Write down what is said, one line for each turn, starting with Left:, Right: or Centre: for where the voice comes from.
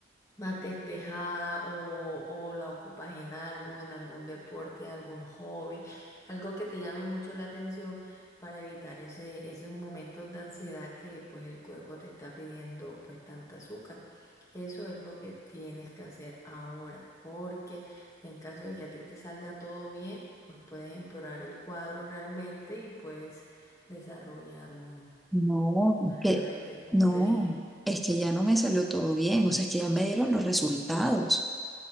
Left: más despejada o, o la ocupas en algo, en algún deporte, algún hobby, algo que te llame mucho la atención para evitar ese, esos momentos de ansiedad que pues el cuerpo te está pidiendo pues tanta azúcar. Eso es lo que tienes que hacer ahora, porque en caso de que a ti te salga todo bien, pues puedes empeorar el cuadro realmente y puedes desarrollar un,
Centre: No,
Left: una
Centre: es
Left: diabetes,
Centre: que
Left: como
Centre: no,
Left: te dije.
Centre: es que ya no me salió todo bien, o sea, es que ya me dieron los resultados.